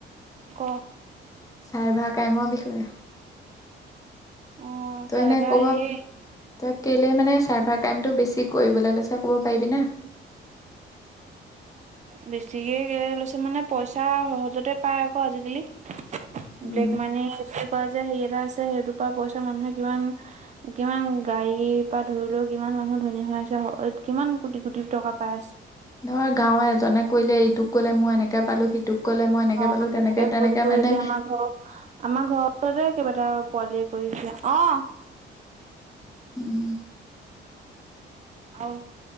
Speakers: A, on the right; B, on the left.
A: ক
B: চাই ভা কামৰ বিষয়ে
A: অ
B: তই
A: চাৰ্ভাৰ
B: এনে কব
A: হেৰি
B: তই কেলেই মানে চাৰ্ভাৰ কাইমটো বেছি কৰিবলৈ লৈছ ক'ব পাৰিবি না
A: বেছিকে লৈছে মানে পইচা সহজতে পায় আকৌ আজিকালি
B: উম
A: ব্লেক মানি যদি কোৱা যে হেৰি এটা আছে সেইটোৰ পৰা পইচা মানুহে কিমান কিমান গাড়ীৰ পৰা ধৰিলেও কিমান মানুহ ধনী হৈ আছে কিমান কোটি কোটি টকা পাই আছে
B: ধৰ গাঁৱৰ এজনে কলে ইটোক কলে মই এনেকে পালো সিটোক ক'লে মই এনেকে
A: অ
B: পালো
A: তেনেকে ক
B: মানে
A: এতিয়া আমাৰ ঘৰ আমাৰ ঘৰ কেইিবাটা পোৱলিয় কৰিছে অ
B: উম
A: অ